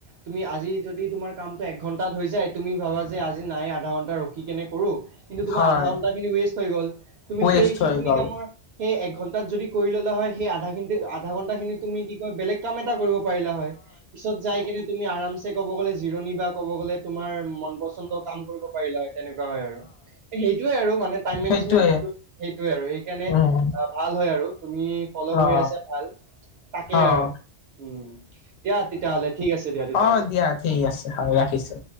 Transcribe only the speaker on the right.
তুমি আজি যদি তোমাৰ কামটো একঘণ্টাত হৈ যায় তুমি ভাবা যে। আজি নাই আধা ঘন্টা ৰখি কিনে কৰোঁ, কিন্তু তোমাৰ
আধা ঘন্টা খিনি ৱেষ্ট হৈ গ'ল তুমি
সেই। <unintelligible>
সেইখিনি
কামৰ সেই এক ঘন্টাত যদি কৰি ললা হয়, সেই আধা আধা ঘন্টা খিনি তুমি কি কয় বেলেগ। <unintelligible> কাম এটা কৰিব পাৰিলা হয় পিছত যাই কিনে তুমি আৰামছে ক'ব গ'লে জিৰণি বা ক'ব গ'লে তোমাৰ। <unintelligible> ওম মন পচন্দ কাম কৰিব পাৰিলা হ'য়। তেনেকুৱা হয় আৰু সেইটোয়ে আৰু মানে টাইম
মেনেজমেন্ট। এইটো আৰু সেইকাৰণে
ভাল হয় আৰু তুমি ফল' কৰি
আছা ভাল। তাকেই
আৰু উম দিয়া তেতিয়া হ'লে। ঠিক আছে দিয়া তেতিয়াহ'লে